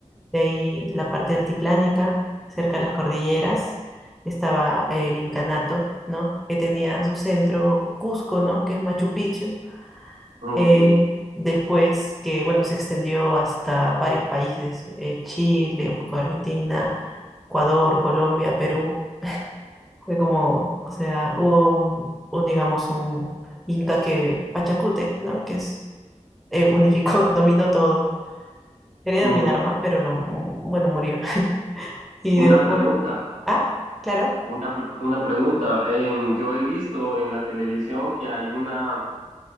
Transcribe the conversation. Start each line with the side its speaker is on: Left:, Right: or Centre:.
Centre: de ahí la parte altiplánica, cerca de las cordilleras, estaba el incanato, ¿no? Que tenía su centro Cusco, ¿no? Que es Machu Picchu.
Right: ok.
Centre: Eh, después que, bueno, se extendió hasta varios países, eh, Chile, un poco de Argentina, Ecuador, Colombia, Perú. Fue como, o sea, hubo un, un digamos, un Inca que, Pachacútec, ¿no? Que es eh, unificó, <laughs> dominó todo. Quería
Right: Ujú.
Centre: dominar más, pero lo, mm, bueno, murió. <laughs> Y después,
Right: Una pregunta.
Centre: ah, claro,
Right: Una, pr- una pregunta. em, yo he visto en la televisión que hay una,